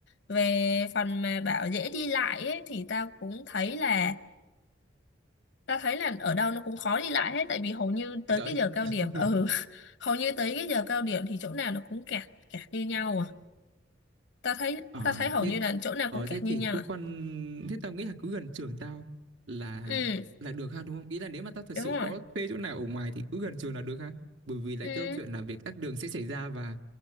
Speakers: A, on the left; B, on the right.
A: về phần mà bảo dễ đi lại ấy, thì tao cũng thấy là ta thấy là ở đâu nó cũng khó đi lại hết tại vì hầu như tới
B: Trời
A: cái
B: ơi.
A: giờ cao
B: <laughs>
A: điểm ừ <laughs> hầu như tới cái giờ cao điểm thì chỗ nào nó cũng kẹt kẹt như nhau à ta thấy
B: Ờ,
A: ta thấy hầu
B: thế
A: như là chỗ nào
B: ờ,
A: cũng kẹt
B: thế
A: như
B: thì
A: nhau
B: cứ
A: à
B: quan thế tao nghĩ là cứ gần trường tao là
A: ừ
B: là được ha đúng không? Ý là nếu mà tao thật
A: đúng
B: sự có
A: rồi
B: thuê chỗ nào ở ngoài thì cứ gần trường là được ha. Bởi vì là
A: ừ
B: cái câu chuyện là việc tắc đường sẽ xảy ra và